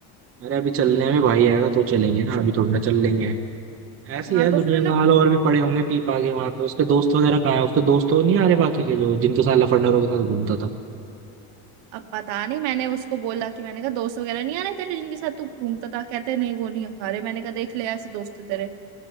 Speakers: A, on the right; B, on the right.
A: अरे अभी चलने में भाई आएगा तो चलेंगे ना अभी थोड़ी ना चल लेंगे ऐसी
B: हाँ
A: है
B: तो
A: दुनिया
B: फिर उन्हें
A: का हाल और भी पड़े होंगे पी पा के वहां पे उसके दोस्त वगैरह कहाँ है उसके दोस्त तो नहीं आ रहे बाकी के जो जिनके साथ लफंडरों के साथ घूमता था
B: अब पता नहीं मैंने उसको बोला कि मैंने कहा दोस्त वगैरह नहीं आ रहे तेरे जिनके साथ तू घूमता था कहते नहीं वो नहीं आ रहे मैंने कहा देख ले ऐसे दोस्त थे तेरे